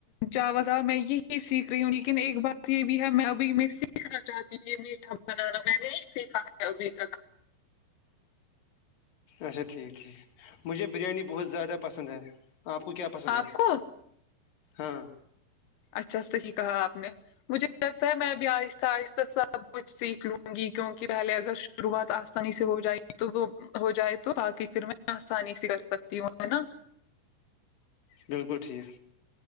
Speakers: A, on the left; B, on the left.
A: چاوا تھا میں یہی سیکھ رہی ہوں لیکن ایک بات یہ بھی ہے میں ابھی میں سیکھنا چاہتی ہوں یہ میٹھا بنانا میں نے یہ سیکھا ہے ابھی تک
B: اچھا ٹھیک ٹھیک مجھے بریانی بہت زیادہ پسند ہے آپ کو کیا پسند ہے
A: آپ کو
B: ہاں
A: اچھا صحیح کہا آپ نے مجھے لگتا ہے میں ابھی آہستہ آہستہ سب کچھ سیکھ لوں گی کیوںک پہلے اگر شروعات آسانی سے ہو جائے گی تو وہ ہو جائے تو آگ پھر میں آسانی سے کر سکتی ہوں ہے نا
B: بالکل ٹھیک